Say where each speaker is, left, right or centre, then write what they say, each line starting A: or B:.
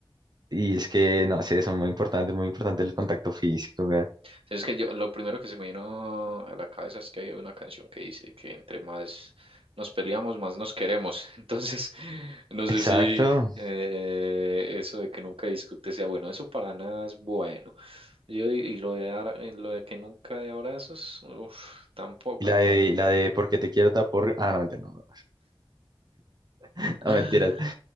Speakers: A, on the right; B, on the right.
A: y es que, no sé, eso es muy importante, muy importante el contacto físico,
B: Sí, Es que yo, lo primero que se me vino a la cabeza es que hay una canción que dice que entre más nos peleamos, más nos queremos. <laughs> Entonces, no sé
A: Exacto.
B: si eh, eso de que nunca discute sea bueno. Eso para nada es bueno. Yo, y, y lo de, dar- eh, lo de que nunca de abrazos, uf, tampoco
A: Y la
B: es
A: de,
B: bueno.
A: la de porque te quiero tapor. Ah, no, mentira, no, no. <laughs>
B: <laughs>
A: No, mentiras.